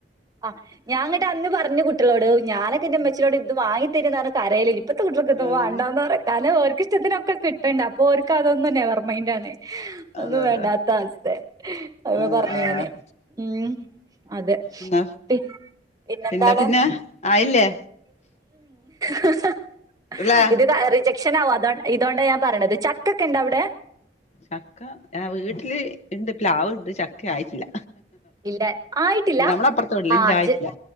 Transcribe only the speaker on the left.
അതന്നെ
അതെ
അതെ
ആഹ്
ആഹ്
എന്നാ
പിന്നെ പിന്നെ ആയില്ലേ
ല്ലേ
ചക്ക എ വീട്ടില് ഇണ്ട് പ്ലാവ്ണ്ട് ചക്ക ആയിട്ടില്ല
നമ്മളപ്പുറത്തെ വീട്ടില്
ഇല്ല ആയിട്ടില്ല